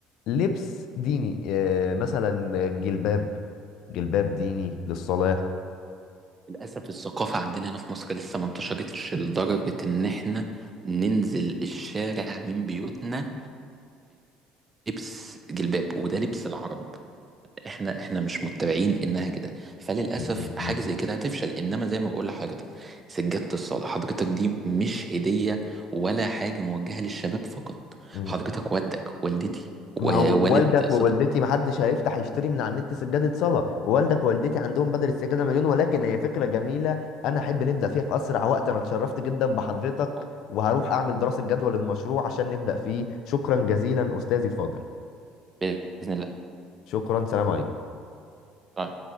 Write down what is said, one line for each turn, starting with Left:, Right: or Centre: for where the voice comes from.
Left: لبس ديني آه، مثلا جلباب جلباب ديني للصلاه
Right: للأسف الثقافة عندنا هنا في مصر لسه ما انتشرتش لدرجة إن إحنا ننزل الشارع من بيوتنا بلبس جلباب وده لبس العرب احنا احنا مش متبعين النهج ده فللاسف
Left: م-
Right: حاجه
Left: م-
Right: زي كده هتفشل انما زي ما بقول لحضرتك سجاده الصلاه حضرتك دي مش هديه ولا حاجه موجهه للشباب فقط
Left: م- م.
Right: حضرتك والدك والدتي
Left: ما
Right: ووالد
Left: هو والدك
Right: صديقك
Left: ووالدتي ما حدش هيفتح يشتري من على النت سجادة صلاة والدك ووالدتي عندهم بدل السجادة مليون ولكن هي فكرة جميلة أنا أحب نبدأ فيها في أسرع وقت أنا اتشرفت جدا بحضرتك
Right: آه،
Left: وهروح أعمل دراسة جدوى للمشروع عشان نبدأ فيه شكرا جزيلا أستاذي الفاضل
Right: باذن الله
Left: شكرا سلام عليكم
Right: آه.